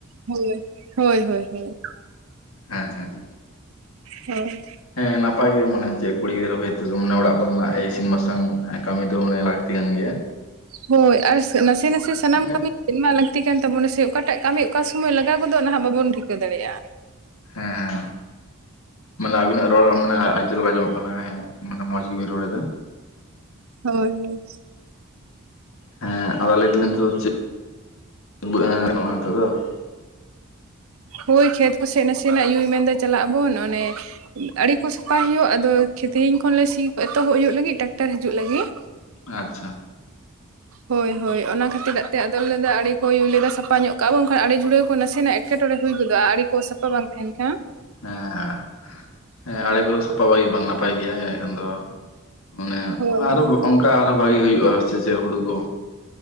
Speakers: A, on the right (about 85°); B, on the left (about 85°).
A: ᱦᱳᱭ ᱦᱳᱭ ᱦᱳᱭ ᱦᱳᱭ ᱾
B: ᱦᱮᱸ ᱦᱮᱸ᱾
A: ᱦᱳᱭ᱾
B: ᱦᱮᱸ ᱱᱟᱯᱟᱭ ᱜᱮ ᱢᱟᱱᱮ ᱪᱮᱫ ᱠᱩᱲᱤ ᱜᱤᱫᱽᱨᱟᱹ ᱦᱚᱭᱛᱮᱫᱚ ᱢᱟᱱᱮ ᱚᱲᱟᱜ ᱠᱚᱨᱮᱱᱟᱜ ᱮ ᱤᱥᱤᱱ ᱵᱟᱥᱟᱝ ᱠᱟᱹᱢᱤ ᱛᱟᱵᱚᱱᱟ ᱚᱱᱮ ᱛᱤᱭᱟᱱ ᱜᱮᱭᱟ᱾
A: ᱦᱳᱭ ᱟᱨ ᱱᱟᱥᱮ ᱱᱟᱥᱮ ᱥᱟᱱᱟᱢ
B: ᱢᱟᱱᱮ
A: ᱠᱟᱹᱢᱤ ᱢᱟ ᱞᱟᱹᱠ <inaudible> ᱞᱟᱹᱠᱛᱤ ᱠᱟᱱ ᱛᱟᱵᱚᱱᱟ ᱥᱮ ᱚᱠᱟᱴᱟᱜ ᱠᱟᱹᱢᱤ ᱚᱠᱟ ᱥᱩᱢᱟᱹᱭ ᱞᱟᱜᱟᱣ ᱜᱚᱫᱚᱜ ᱱᱟᱦᱟᱜ ᱵᱟᱵᱚᱱ ᱴᱷᱤᱠᱟᱹ ᱫᱟᱲᱮᱭᱟᱜᱼᱟ ᱾
B: ᱦᱮᱸ ᱢᱟᱱᱮ ᱟᱵᱤᱱᱟᱜ ᱨᱚᱲ ᱢᱟᱱᱮ, ᱡᱳᱨᱜᱮ ᱟᱸᱡᱚᱢᱚᱜ ᱠᱟᱱᱟ ᱦᱮᱸ ᱢᱟᱱᱮ ᱢᱚᱸᱡᱽ ᱜᱮᱵᱤᱱ ᱨᱚᱲᱮᱫᱟ᱾
A: ᱦᱳᱭ ᱦᱳᱭ᱾
B: ᱦᱮᱸ ᱟᱫᱚ ᱞᱟᱹᱭ ᱫᱟᱹᱞᱤᱝ ᱱᱤᱛᱚᱜ ᱫᱚ ᱪᱮᱫ <inaudible> ᱦᱩᱵᱟᱹᱜ <inaudible> ᱜᱟᱱᱚᱜᱼᱟ ᱦᱤᱸᱛᱚᱜ ᱫᱚ᱾ <inaudible>
A: ᱦᱳᱭ ᱠᱷᱮᱛ ᱠᱚᱥᱮᱡ ᱱᱟᱥᱮᱱᱟᱜ ᱭᱩᱭ ᱢᱮᱱᱫᱟ ᱪᱟᱞᱟᱜ ᱟᱵᱚᱱ ᱚᱱᱮ, ᱟᱹᱲᱤ ᱠᱚ ᱥᱟᱯᱟᱭ ᱦᱩᱭᱩᱜ ᱟᱫᱚ ᱠᱷᱮᱛ ᱛᱮᱦᱤᱧ ᱠᱷᱚᱱᱞᱮ ᱥᱤ ᱮᱛᱚᱦᱚᱵ ᱦᱩᱭᱩᱜ ᱞᱟᱹᱜᱤᱫ ᱴᱟᱠᱴᱟᱨ ᱦᱤᱡᱩᱜ ᱞᱟᱹᱜᱤᱫ᱾
B: ᱟᱪᱪᱷᱟ ᱾
A: ᱦᱳᱭ ᱦᱳᱭ ᱚᱱᱟ ᱠᱷᱟᱹᱛᱤᱨᱟᱜ ᱛᱮ ᱟᱫᱚ ᱞᱮᱫᱟ ᱟᱹᱲᱮ ᱠᱚ ᱭᱩᱭ ᱞᱟᱹᱭᱫᱟ ᱥᱟᱯᱷᱟ ᱧᱚᱜ ᱠᱟᱜᱼᱟᱵᱚᱱ ᱵᱟᱝᱠᱷᱟᱱ ᱟᱹᱰᱤ ᱡᱷᱩᱲᱟᱹ ᱠᱚ ᱱᱟᱥᱮᱱᱟ ᱮᱴᱠᱮ ᱴᱚᱬᱮ ᱦᱩᱭ ᱜᱚᱫᱚᱜᱼᱟ ᱟᱹᱲᱤ ᱠᱚ ᱥᱟᱯᱷᱟ ᱵᱟᱝ ᱛᱟᱦᱮᱱ ᱠᱷᱟᱱ᱾
B: ᱦᱮᱸ ᱦᱮᱸ ᱟᱲᱮ ᱠᱚ ᱥᱟᱯᱟ ᱵᱟᱭ ᱵᱟᱝ ᱱᱟᱯᱟᱭ ᱜᱮᱭᱟ ᱮᱸᱰᱮᱠᱷᱟᱱ ᱫᱚ, ᱢᱟᱱᱮ
A: ᱦᱳᱭ
B: ᱟᱨᱚ
A: ᱦᱳᱭ
B: ᱚᱝᱠᱟ ᱟᱨᱦᱚᱸ ᱵᱷᱟᱜᱮ ᱦᱩᱭᱩᱜᱼᱟ ᱪᱮ ᱪᱮᱫ ᱦᱩᱲᱩ ᱠᱚ‌?